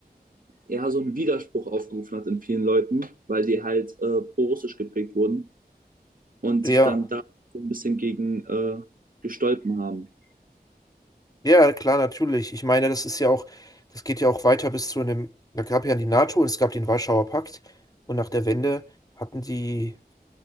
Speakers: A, on the right; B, on the left.
A: ja, so einen Widerspruch aufgerufen hat in vielen Leuten, weil die halt äh, pro-russisch geprägt wurden und
B: ja,
A: sich dann da so ein bisschen gegen äh, gestolpen haben.
B: ja, klar, natürlich. Ich meine, das ist ja auch, das geht ja auch weiter bis zu einem, da gab ja die NATO und es gab den Warschauer Pakt und nach der Wende hatten die,